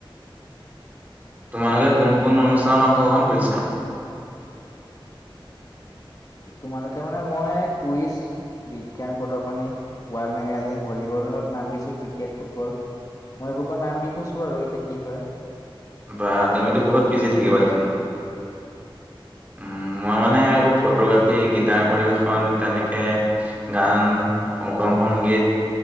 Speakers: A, on the right; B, on the left.
A: তোমালোকে
B: ঠিকে
A: কোন কোন অনুষ্ঠা ত অংশগ্ৰহণ কৰিছে?
B: তোমালোকে মানে মই কুইজ বিজ্ঞান প্ৰদৰ্শনী, ৱৰ্ল্ড মেগাজিন ভলীবলত নাম দিছো, ক্ৰিকেট ফুটবল। মই এইবোৰত নাম দি থৈছো আৰু, এতিয়া কি হয়।
A: বা তুমিতো বহুত বিজি থাকিবা দেখোন। উম, মই মানে এইবোৰ ফটোগ্ৰাফী, গীটাৰ পৰিৱেশন তেনেকে গান, অসম সংগীত।